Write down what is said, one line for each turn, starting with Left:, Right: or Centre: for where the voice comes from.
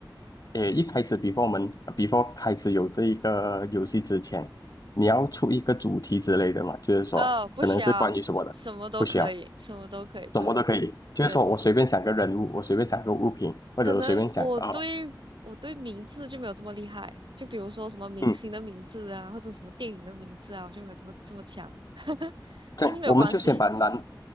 Left: 呃，一开始 before 我们 before 开始有这一个游戏之前，你要出一个主题之类的嘛，就是说可能是关于什么的，
Right: 哦，不需要，什么都可以，
Left: 不需要，
Right: 什么都可以。
Left: 什么都可以。
Right: 对，
Left: 就是说我随便想个人物，
Right: 对。
Left: 我随便想个物品，或者我随便想啊、
Right: 可能我对我对名字就没有这么厉害，
Left: 呃
Right: 就比如说什么明星的名字啊，
Left: 嗯，
Right: 或者什么电影的名字啊，我就没有这么这么强。<laughs>
Left: 这我们就先把难
Right: 但是没有关系，